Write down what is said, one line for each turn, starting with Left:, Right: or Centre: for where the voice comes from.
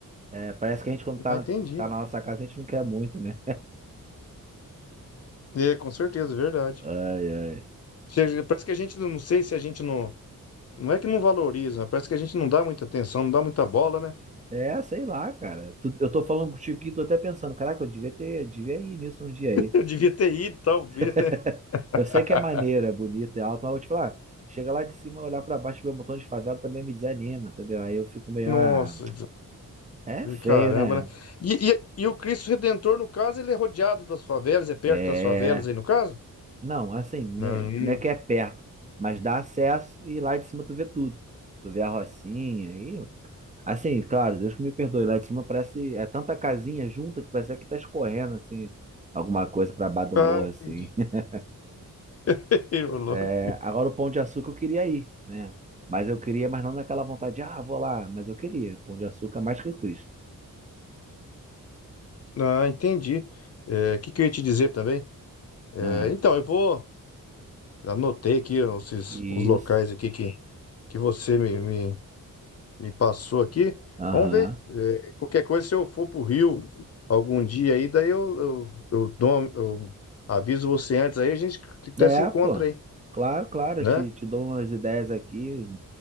Right: É, parece que a gente, quando tá,
Left: ah, entendi.
Right: tá na nossa casa, a gente não quer muito, né?
Left: É, com certeza, é verdade.
Right: Ai, ai.
Left: Che- Parece que a gente, não não sei se a gente não. Não é que não valoriza, parece que a gente não dá muita atenção, não dá muita bola, né?
Right: É, sei lá, cara. Tu- Eu tô falando contigo aqui, tô até pensando, caraca, eu devia ter, devia ir nisso um dia aí.
Left: <laughs> Eu devia ter ido, talvez,
Right: <laughs>
Left: né? <laughs>
Right: Eu sei que é maneiro, é bonito, é alto, mas vou te falar, chega lá de cima, olhar pra baixo e ver um montão de favela também me desanima, entendeu? Aí eu fico meio,
Left: Nossa,
Right: ah, é feio,
Left: Caramba,
Right: né?
Left: né? E, e, e o Cristo Redentor, no caso, ele é rodeado das favelas, é perto
Right: É.
Left: das favelas aí, no caso?
Right: Não, assim, né,
Left: Não. <laughs> hum.
Right: não é que é perto, mas dá acesso e lá de cima tu vê tudo. Tu vê a Rocinha e. Assim, claro, Deus que me perdoe, lá de cima parece. É tanta casinha junta que parece que tá escorrendo, assim, alguma coisa pra baixo do
Left: Ah,
Right: morro, assim.
Left: entendi.
Right: <laughs>
Left: <laughs> Ô, louco.
Right: É, agora o Pão de Açúcar eu queria ir, né? Mas eu queria, mas não naquela vontade de, ah, vou lá, mas eu queria. Pão de Açúcar é mais que o Cristo.
Left: Ah, entendi. É, O que, que eu ia te dizer também? É,
Right: Ah,
Left: então, eu vou. Anotei aqui esses,
Right: isso.
Left: os locais aqui que, que você me, me, me passou aqui.
Right: Aham.
Left: Vamos ver. É, qualquer coisa, se eu for pro Rio algum dia aí, daí eu, eu, eu, dou uma- eu aviso você antes aí, a gente até
Right: É,
Left: se encontra
Right: pô.
Left: aí,
Right: Claro, claro,
Left: né?
Right: eu te, te dou umas ideias aqui.